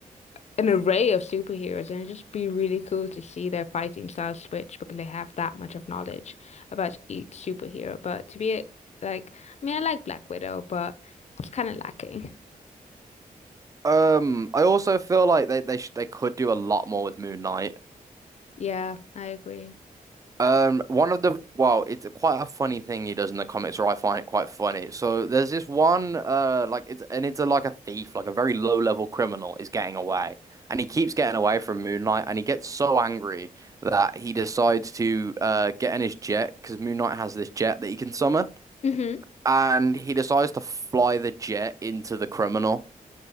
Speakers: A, on the left; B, on the right.
A: an array of superheroes, and it'd just be really cool to see their fighting styles switch because they have that much of knowledge about each superhero. But to be a- like, I mean, I like Black Widow, but it's kind of lacking.
B: Um, I also feel like they they sh they could do a lot more with Moon Knight.
A: Yeah, I agree.
B: Um, one of the wow, it's a- quite a funny thing he does in the comics, or I find it quite funny. So there's this one, uh, like it's and it's a, like a thief, like a very low level criminal is getting away, and he keeps getting away from Moon Knight, and he gets so angry that he decides to uh get in his jet because Moon Knight has this jet that he can summon,
A: hmm
B: and he decides to fly the jet into the criminal.